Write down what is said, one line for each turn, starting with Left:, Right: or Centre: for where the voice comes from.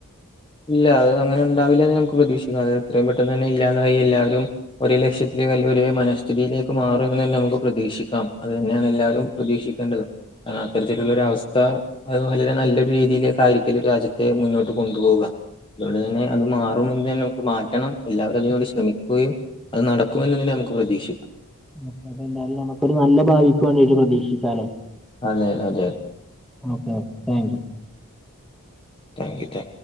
Left: ഇല്ല അത് അങ്ങനെ ഉണ്ടാവില്ലന്ന് നമുക്ക് പ്രതീക്ഷിക്കാം അത് എത്രയും പെട്ടെന്ന് തന്നെ ഇല്ലാതായി എല്ലാവരും ഒരേ ലക്ഷ്യത്തില് അല്ലെ ഒരേ മനഃസ്ഥിതിയിലേക്ക് മാറും എന്ന് തന്നെ നമുക്ക് പ്രതീക്ഷിക്കാം അത് തന്നെയാണ് എല്ലാവരും പ്രതീക്ഷിക്കേണ്ടതും കാരണം അത്തരത്തിലുള്ളൊര്
Centre: ആഹ്
Left: അവസ്ഥ അത് വളരെ നല്ലൊരു രീതിയിലേക്കായിരിക്കില്ല രാജ്യത്തെ മുന്നോട്ട് കൊണ്ട് പോവുക അത് കൊണ്ട് തന്നെ
Centre: ഓക്കെ
Left: അത്
Centre: ഓക്കെ
Left: മാറും എന്ന് തന്നെ മാറ്റണം എല്ലാവരും അതിന് വേണ്ടി ശ്രമിക്കുകയും അത് നടക്കുമെന്ന് തന്നെ നമുക്ക് പ്രതീക്ഷിക്കാം
Centre: നമ്മക്ക് അതെ എന്തായാലും നമുക്കൊര് നല്ല ഭാവിക്ക് വേണ്ടീട്ട് പ്രതീക്ഷിക്കാലേ
Left: അതെ അതെ
Centre: okay okay thank you
Left: thank you താ